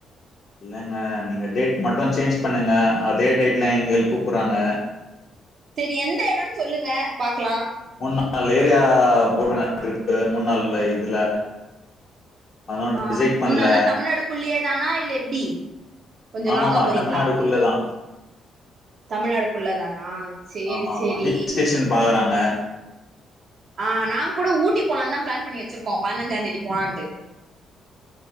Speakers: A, on the left (about 50°); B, on the right (about 60°).
A: இல்லைங்க நீங்க டேட் மட்டும் சேஞ்ச் பண்ணுங்க அதே டேட்ல எங்க கூப்பறாங்க
B: சரி எந்த எடம்னு சொல்லுங்க பாக்கலா
A: நாள் ஏரியா போட்றங் ரிப்பு முன்னாள்ல இதுல அதனால
B: ஆ
A: டிசைட்
B: மூண்
A: பண்ல
B: நால்ல தமிழ்நாடுக்குள்ளியே நானா இல் எப்டி கொஞ்சம்
A: ஆமாமா
B: லாங்கா போறீங்களா
A: தமிழ்நாடுக்குள்ளதா
B: தமிழ்நாடுக்குள்ளதானா சேரி
A: ஆமா
B: சேரி
A: ஆமா ஹில் ஸ்டேஷன் பாக்குறாங்க
B: ஆனால் நாங் கூட ஊட்டி போலான தான் பிளான் பண்ணி வச்சிருக்கோம் பதினஞ்சா தேதி போலான்ட்டு